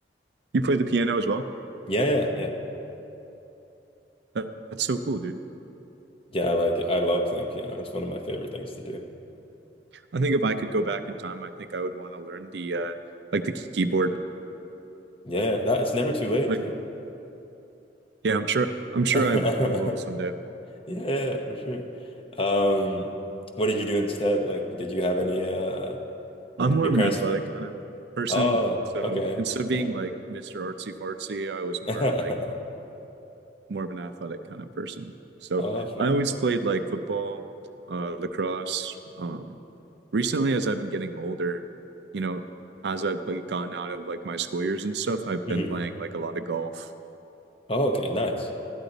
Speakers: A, on the right (about 70°); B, on the left (about 30°).
A: you play the piano as well?
B: Yeah, yeah, yeah.
A: That- That's so cool, dude.
B: Yeah, I like it. I love playing piano. It's one of my favorite things to do.
A: I think if I could go back in time, I think I would want to learn the uh like the keyboard.
B: Yeah, that it's never too late,
A: Like
B: dude.
A: yeah, I'm sure I'm sure
B: <laughs>
A: I I will someday.
B: Yeah, yeah, for sure. Um, what did you do instead? Like, did you have any uh
A: I'm
B: did
A: more
B: your
A: of
B: parents
A: an athletic
B: make?
A: kind of person,
B: Oh,
A: so
B: okay.
A: instead of being
B: Fair.
A: like Mr. Artsy Fartsy, I was more
B: <laughs>
A: like more of an athletic kind of person. So
B: Oh, fair.
A: I always played like football, uh, lacrosse. Um, recently, as I've been getting older, you know, as I've like gone out of like my school years and stuff, I've
B: Mhm.
A: been playing like a lot of golf.
B: Oh, okay, nice.